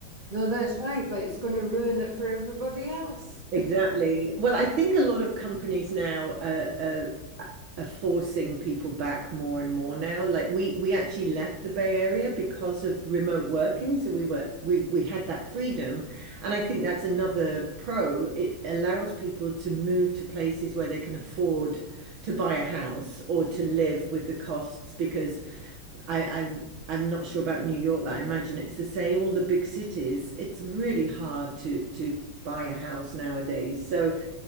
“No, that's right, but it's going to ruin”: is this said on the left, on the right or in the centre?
Right